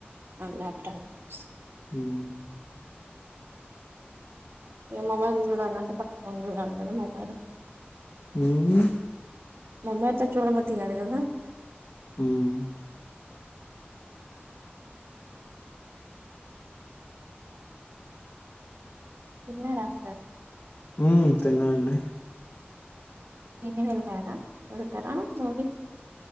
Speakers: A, on the right (about 75°); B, on the left (about 55°).
A: అ లాప్టాప్స్
B: ఉమ్
A: ఏ మొబైల్ చూడాలంటే పట్టుకొని చూడాలి కదా మొబైల్
B: ఉమ్
A: మోబైల్ తో చూడబుద్డికాదు కదా
B: ఉమ్
A: తిన్నారా సార్
B: ఉమ్ తిన్నానండి
A: నని వెళ్ళారా వెళ్తారా మూవీకి